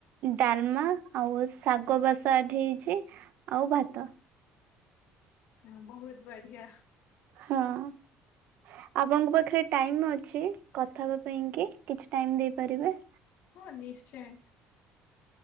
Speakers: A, on the right; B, on the left.
A: ଡ଼ାଲମା ଆଉ ଶାଗ ବାସା ଏଠି ହେଇଚି ଆଉ ଭାତ।
B: ହଁ ବହୁତ୍ ବଢ଼ିଆ।
A: ହଁ। ଆପଣଙ୍କ ପାଖରେ ଟାଇମ୍ ଅଛି କଥା ହେବା ପାଇଁକି କିଛି ଟାଇମ୍ ଦେଇପାରିବେ?
B: ହଁ ନିଶ୍ଚୟ।